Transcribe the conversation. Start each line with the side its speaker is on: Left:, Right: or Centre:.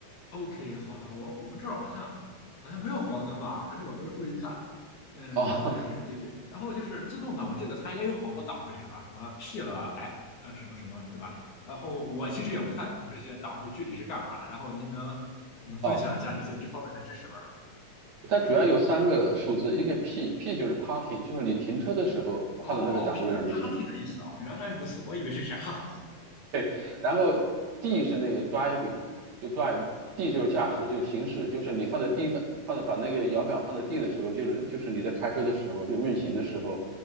Left: ？OK，好的，我我们这儿好像好像没有黄灯吧？还是我没有注意看？嗯，
Right: 哦
Left: 好像是对对。然后就是自动挡，我记得它也有好多档位是吧？什么 P 了，哎，呃，什么什么，对吧？然后我其实也不太懂这些档位具体是干嘛的。然后您能
Right: <laughs>
Left: 能分享一下这些这方面的知识吗？
Right: 哦，它主要有三个数字，一个 P，P 就是 parking，就是你停车的时候放在那个档位上就行了。
Left: 哦，P 就是 parking 的意思啊，原来如此，我以为是啥？<laughs>
Right: 对，然后 D 是那个 driving，就 drive，D 就是驾驶，就行驶，就是你放在 D 的，放在把那个摇杆放在 D 的时候，就是就是你在开车的时候，就运行的时候，